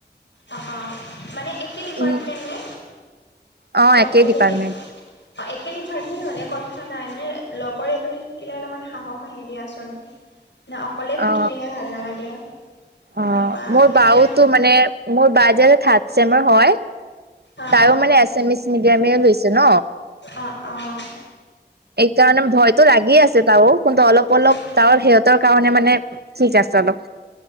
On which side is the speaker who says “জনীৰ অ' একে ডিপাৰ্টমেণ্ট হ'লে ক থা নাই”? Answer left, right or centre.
Left